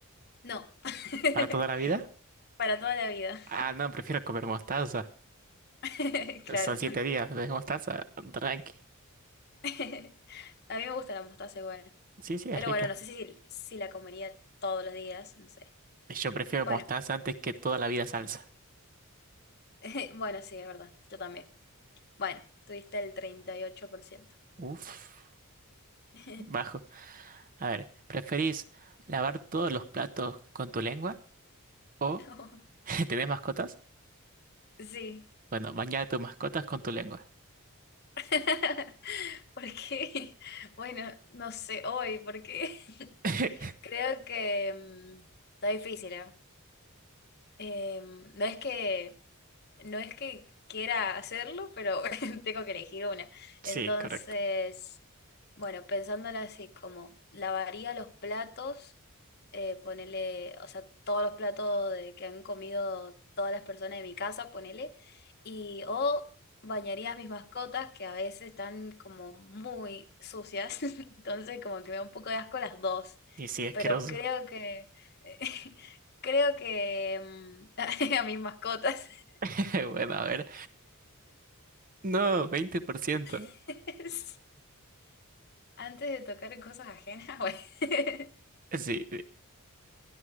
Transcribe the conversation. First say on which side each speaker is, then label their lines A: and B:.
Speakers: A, on the left (about 45°); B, on the right (about 40°).
A: No, <laughs>
B: ¿Para toda la vida?
A: para toda la vida.
B: Ah, no, prefiero comer mostaza.
A: <laughs> Claro.
B: Son siete días de mostaza, tranqui.
A: <laughs> A mí me gusta la mostaza igual.
B: Sí, sí, es
A: Pero
B: rica.
A: bueno, no sé si, si la comería todos los días, no sé.
B: Yo prefiero
A: Bueno,
B: mostaza antes que toda la vida salsa.
A: <laughs> bueno, sí, es verdad. Yo también. Bueno, tuviste el 38%.
B: Uf,
A: <laughs>
B: bajo. A ver, ¿preferís lavar todos los platos con tu lengua o
A: No,
B: <laughs> tenés mascotas?
A: sí.
B: Bueno, bañar a tus mascotas con tu lengua.
A: <laughs> ¿Por qué? Bueno, no sé hoy, ¿por qué? <laughs>
B: <laughs>
A: Creo que mm, está difícil, ¿eh? Em, no es que no es que quiera hacerlo, pero <laughs> tengo que elegir una.
B: Sí,
A: Entonces,
B: correcto.
A: bueno, pensándola así, como lavaría los platos, eh, ponele, o sea, todos los platos de- que han comido todas las personas de mi casa, ponele, y o bañaría a mis mascotas que a veces están como muy sucias, <laughs> entonces como que me da un poco de asco las dos,
B: Y sí, asqueroso.
A: pero creo que... <laughs> Creo que mm, <laughs> a mis mascotas
B: <laughs> Bueno, a ver. No, 20%.
A: <laughs> Antes de tocar cosas ajenas, bueno. <clears throat>
B: Sí.